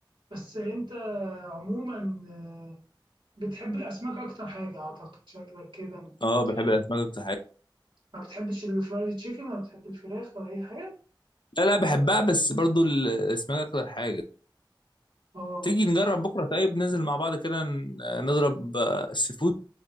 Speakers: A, on the right (about 80°); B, on the left (about 70°).
A: بس انت عموما آه، بتحب الاسماك اكتر حاجه اعتقد شكلك كده من
B: اه
A: كتر
B: بحب الاسماك اكتر حاجه
A: ما بتحبش الفرايد تشيكن ولا بتحب الفراخ ولا اي حاجه
B: لا لا بحبها بس برضو ال- الاسماك اكتر حاجه
A: اه
B: تيجي نجرب بكره طيب ننزل مع بعض كده ن- نضرب آه، سي فود